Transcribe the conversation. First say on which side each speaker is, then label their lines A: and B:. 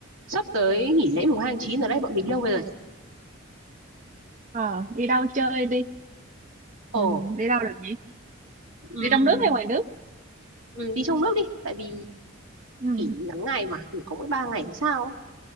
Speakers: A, on the right; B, on the right.
A: sắp tới nghỉ lễ mùng hai tháng chín ở đây bọn mình lâu bây giờ
B: Ờ, đi đâu chơi đi
A: ồ
B: ừ, đi đâu được nhỉ
A: ừm,
B: đi trong nước hay ngoài nước
A: ừm, đi trong nước đi tại vì
B: ừ.
A: nghỉ ngắn ngày mà nghỉ có mỗi ba ngày thì sao